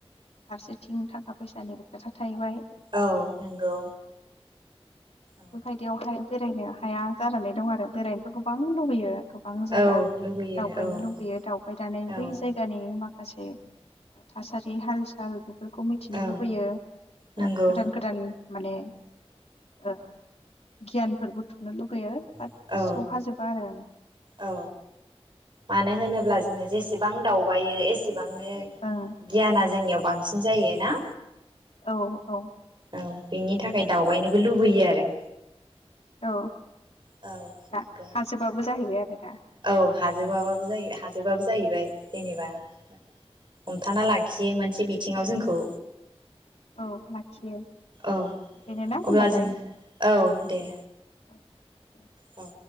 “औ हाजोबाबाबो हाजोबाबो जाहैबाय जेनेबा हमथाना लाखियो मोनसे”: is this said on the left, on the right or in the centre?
Right